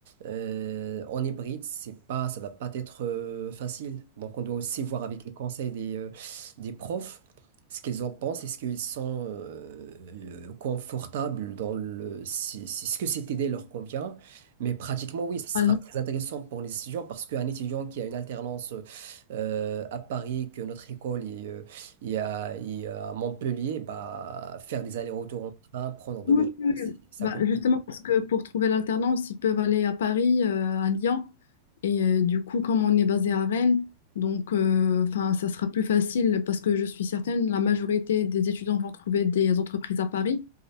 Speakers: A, on the right; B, on the left.
A: euh, en hybride, c'est pas, ça va pas être euh, facile. Donc on doit aussi voir avec les conseils des, euh, des profs ce qu'ils en pensent, est-ce qu'ils sont euh, euh, confortables dans le... Si, si ce que cette idée leur convient. Mais pratiquement, oui, ce sera
B: Normalement,
A: très intéressant pour les étudiants parce qu'un étudiant qui a une alternance euh, à Paris, que notre école est, euh, est à, est à Montpellier, bah, faire des allers-retours en train, prendre de
B: Oui,
A: l'urgence,
B: oui. oui.
A: ça
B: Bah,
A: coûte.
B: justement, parce que pour trouver l'alternance, ils peuvent aller à Paris, euh, à Lyon. Et euh, du coup, comme on est basé à Rennes, donc euh, enfin, ça sera plus facile parce que je suis certaine, la majorité des étudiants vont trouver des entreprises à Paris.